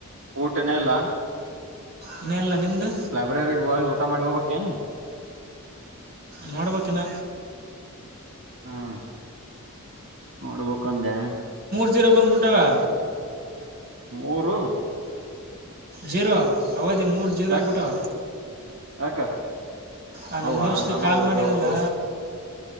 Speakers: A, on the right (about 65°); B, on the right (about 50°).
A: ಊಟನ ಇನ್ ಇಲ್ಲ
B: ಇನ್ನು ಇಲ್ಲ ನಿಮ್ದು
A: ಲೈಬ್ರರಿಗ್ ಹೋಳ್ ಊಟ ಮಾಡಿ ಹೋಬಕೇನು
B: ನೋಡ್ಬಕು ಇನ್
A: ಹ್ಮ್ ನೋಡ್ಬೇಕುಕ್ಂದೆ
B: ಚೀರ ಬಂದ್ ಬಿಟವೇ
A: ಮೂರು
B: ಜೀರೋ ಅವಧಿ ಮೂರ್ ಜೀರೋ
A: ಯಾಕ
B: ಆಗ್ಬಿಟ್ಟು
A: ಯಾಕ
B: ಆ ನಮ
A: ಅವ್ವ
B: ದೋಸ್ತ್
A: ನಾನು
B: ಕಾಲ್
A: ಹೋಗ್ಯವು
B: ಮಾಡಿನಲ್ಲ